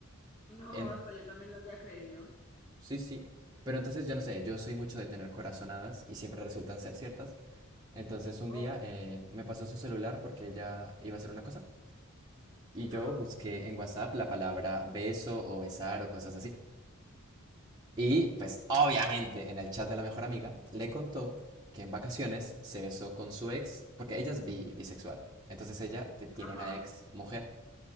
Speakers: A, on the left; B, on the right.
A: no,
B: En-
A: hasta yo también lo había creído.
B: Sí, sí. Pero entonces yo no sé, yo soy mucho de tener corazonadas y siempre resultan ser ciertas. Entonces un
A: Oh,
B: día eh, me pasó su celular porque ella iba a hacer una cosa. Y yo
A: ajá,
B: busqué en WhatsApp la palabra beso o besar o cosas así. Y pues obviamente en el chat de la mejor amiga le contó que en vacaciones se besó con su ex, porque ella es bi- bisexual. Entonces ella te- tiene
A: ajá,
B: una ex mujer